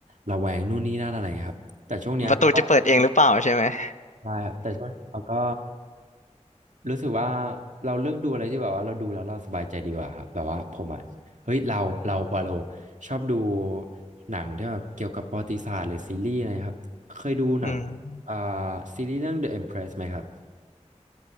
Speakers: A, on the right; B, on the left.
A: ระแวงนู่นนี่นั่นอะไรครับแต่ช่วงเนี้ยก็
B: ประตูจะเปิดเองหรือเปล่าใช่ไหม <laughs>
A: ได้ครับแต่ช่วงเราก็รู้สึกว่าเราเลือกดูอะไรที่แบบว่าเราดูแล้วเราสบายใจดีกว่าครับแบบว่าผมอะเฮ้ยเราเราวาโลชอบดูหนังที่แบบเกี่ยวกับประวัติศาสตร์หรือซีรีส์อะไรครับเคยดูหนังอ่า
B: อืม
A: ซีรีส์เรื่อง The Empress ไหมครับ